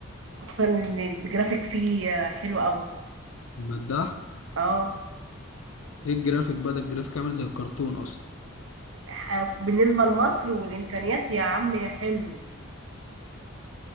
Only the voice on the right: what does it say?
خصوصا ان الجرافيك فيه حلو قوي
اه
ح- بالنسبة لمصر والإمكانيات يا عم حلو